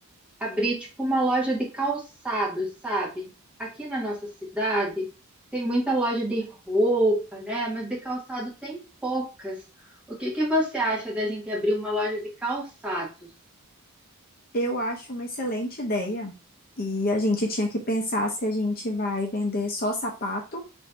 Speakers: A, in the centre; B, on the left.
A: abrir tipo uma loja de calçados, sabe? Aqui na nossa cidade tem muita loja de roupa, né? Mas de calçado tem poucas. O que que você acha da gente abrir uma loja de calçados?
B: Eu acho uma excelente ideia. E a gente tinha que pensar se a gente vai vender só sapato